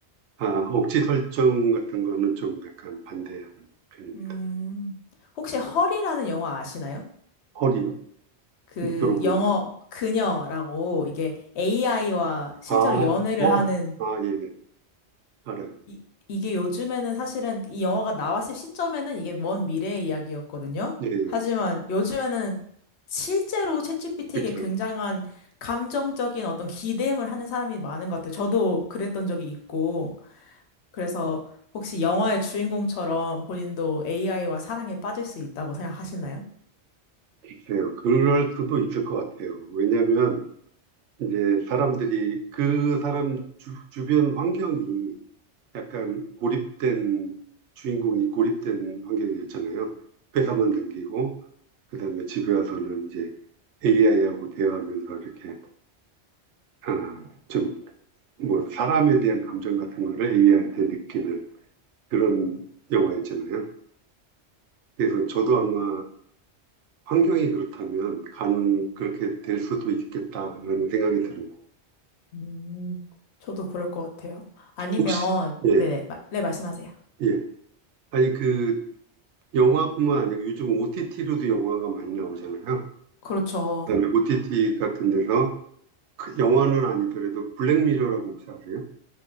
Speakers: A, on the right; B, on the left.
A: 아, 억지 설정 같은 거는 좀 약간 반대하는 편입니다.
B: 음, 혹시 헐이라는 영화 아시나요?
A: 헐이요?
B: 그
A: 못 들어본
B: 영어
A: 것 같아요.
B: 그녀라고 이게 AI와 실제로
A: 아,
B: 연애를
A: 어,
B: 하는
A: 아, 예, 예. 알아요.
B: 이, 이게 요즘에는 사실은 이 영화가 나왔을 시점에는 이게 먼 미래의 이야기였거든요.
A: 예, 예.
B: 하지만 요즘에는 실제로 챗GPT에게
A: 그렇죠.
B: 굉장한 감정적인 어떤 기대임을 하는 사람이 많은 것 같아요. 저도 그랬던 적이 있고. 그래서 혹시 영화의 주인공처럼 본인도 AI와 사랑에 빠질 수 있다고 생각하시나요?
A: 글쎄요. 그럴 수도 있을 것 같아요. 왜냐면, 이제 사람들이 그 사람 주, 주변 환경이 약간 고립된 주인공이 고립된 환경이었잖아요. 회사만 다니고 그다음에 집에 와서는 이제 AI하고 대화하면서 이렇게 아, 좀 뭐 사람에 대한 감정 같은 거를 AI한테 느끼는 그런 영화였잖아요. 그래서 저도 아마 환경이 그렇다면 가능 그렇게 될 수도 있겠다라는 생각이 들어요.
B: 음, 저도 그럴 것 같아요. 아니면,
A: 혹시 예,
B: 네네, 마- 네, 말씀하세요.
A: 예. 아니 그 영화뿐만 아니고 요즘 OTT로도 영화가 많이 나오잖아요.
B: 그렇죠.
A: 그다음에 OTT 같은 데서 그 영화는 아니더라도 블랙미러라고 혹시 아세요?